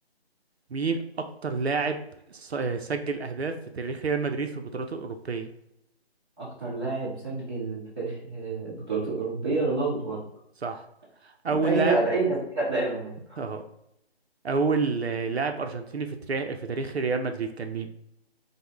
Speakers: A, on the right; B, on the right.
A: مين اكتر لاعب ص- آه، سجل اهداف في تاريخ ريال مدريد في البطولات الاوروبيه
B: أكتر لاعب سجل في تاريخ آه، البطولات الأوروبية رونالدو برضه
A: صح اول
B: أنت أي
A: لاعب
B: أي تسجيل هتلاقي رونالدو
A: اه اول آه، لاعب ارجنتيني في تاريخ في تاريخ ريال مدريد كان مين